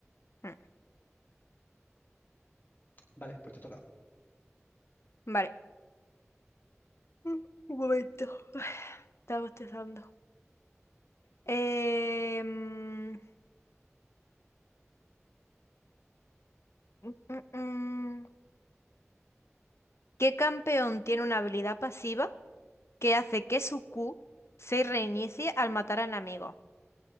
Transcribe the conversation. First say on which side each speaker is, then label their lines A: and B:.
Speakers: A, on the left; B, on the left.
A: Mm,
B: Vale, pues te toca.
A: Vale. Mm, Un momento. <sighs> Estaba bostezando. Eh, mm, mm, mm, ¿Qué campeón tiene una habilidad pasiva que hace que su Q se reinicie al matar a enemigos?